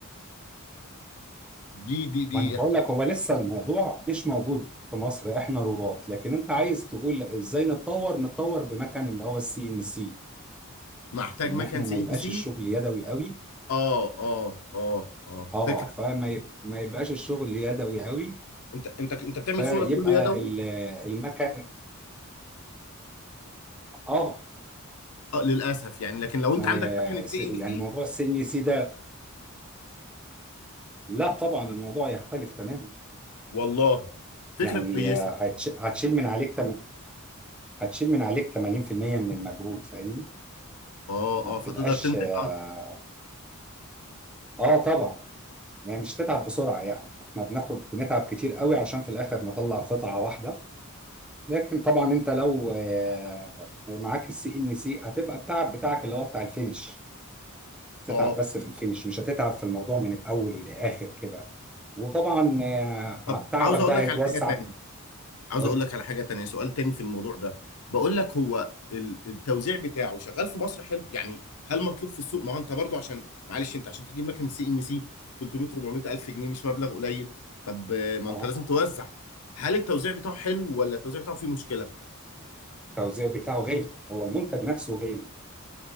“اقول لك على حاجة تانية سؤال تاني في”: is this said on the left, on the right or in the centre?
Left